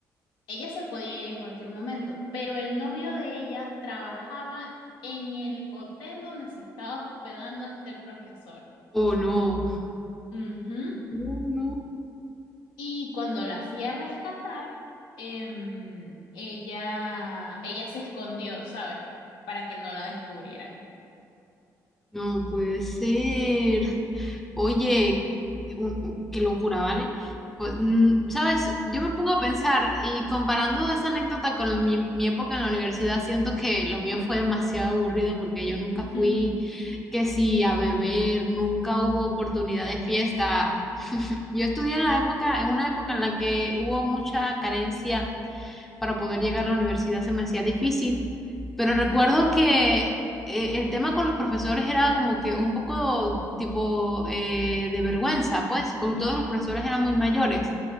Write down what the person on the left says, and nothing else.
ella se podía ir en cualquier momento, pero el novio de ella trabajaba en el hotel donde se estaba hospedando este profesor.
Ujú.
Y cuando la fui a rescatar, em, ella, ella se escondió, ¿sabes? Para que no la descubrieran.
<laughs>
Ujú.